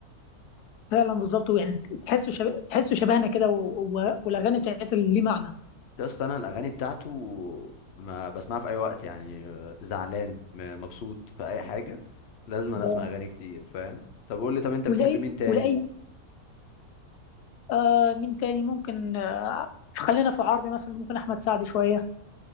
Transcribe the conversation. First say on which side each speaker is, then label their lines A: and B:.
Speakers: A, on the left; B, on the left.
A: فعلا بالظبط يعني تحسوا شبه تحسوا شبهنا كده و- و- والأغاني بتاعتها اللي ليه معنى
B: يا اسطى أنا الأغاني بتاعته ما بسمعها في أي وقت يعني آه، زعلان م- مبسوط في أي حاجة لازم أنا
A: آه،
B: أسمع أغاني كتير فاهم طب قول لي طب أنت بتحب
A: ولأي
B: مين تاني
A: ولأي آه مين تاني ممكن آه خلينا في عربي مثلا ممكن أحمد سعد شوية